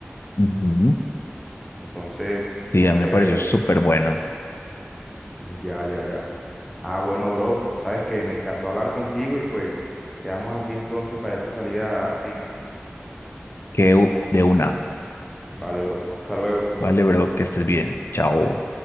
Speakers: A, on the left; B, in the centre.
A: Ujú.
B: Entonces,
A: Sí,
B: muy
A: a
B: chévere,
A: mí me pareció
B: bro.
A: súper bueno.
B: Ya, ya, ya. Ah, bueno, bro, sabes que me encantó hablar contigo y pues quedamos así entonces para esa salida a cine.
A: Que u- de una.
B: Vale, bro. Hasta luego.
A: Vale, bro, que estés bien. Chao.